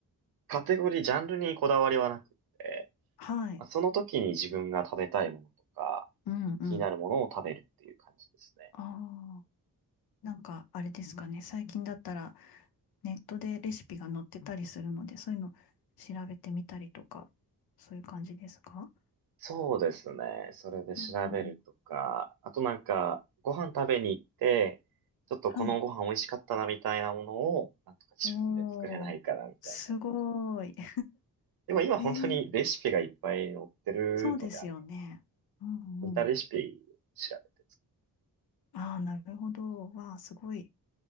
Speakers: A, on the right (about 75°); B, on the left (about 80°).
A: カテゴリー、ジャンルにこだわりはなくて、
B: はい。
A: まあその時に自分が食べたいものとか、
B: うんうん。
A: 気になるものを食べるっていう感じですね。
B: ああ、なんかあれですかね。最近だったらネットでレシピが載ってたりするので、そういうの調べてみたりとか、そういう感じですか
A: そうですね。それで調べるとか、
B: うんうん
A: あとなんか、ご飯食べに行って、ちょっとこのご飯美味しかったなみたいなものを、
B: はい。
A: なんとか自分で作れないかなみたいなの。
B: おー、すごい。<laughs>
A: でも今本当にレシピがいっぱい載ってるのでありがたい。
B: えー、そうですよね。うんうん。
A: 似たレシピ調べて作
B: ああ、なるほど。わあ、すごい。